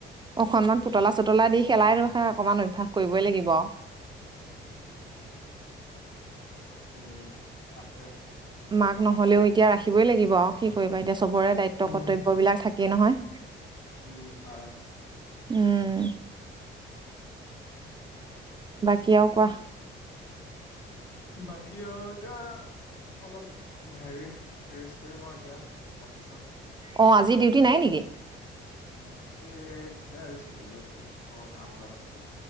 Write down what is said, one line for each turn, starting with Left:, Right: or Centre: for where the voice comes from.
Right: অকনমান পুতলা চোতলা দি খেলাই ৰ খা অকমান অভ্য়াস কৰিবই লাগিব।
Left: উম, তাকে।
Right: মাক নহ'লেও এতিয়া ৰাখিবই লাগিব আৰু কি কৰিবা এতিয়া চবৰে দায়িত্ব
Left: উম
Right: কৰ্তব্যবলাক থাকে। কিই নহয়।
Left: উম, হয়।
Right: উম। কিয়ও কোৱা।
Left: বাকী আৰু এতিয়া অলপ হেৰি ৰেষ্ট কৰিম আৰু এতিয়া। তাৰপিছত
Right: অ' আজি ডিউটি নাই নেকি?
Left: উম, এতিয়া আছে আজি ছুটি লৈছো ঘৰ কাম অলপ আছিলে।